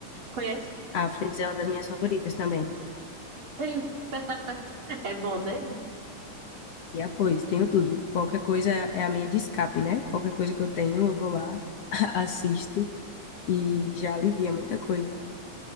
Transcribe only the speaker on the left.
Ah, Friends é uma das minhas favoritas também.
E apoio, tenho tudo. Qualquer coisa é a minha de escape, né? Qualquer coisa que eu tenho, eu vou lá, <laughs> assisto e já alivia muita coisa.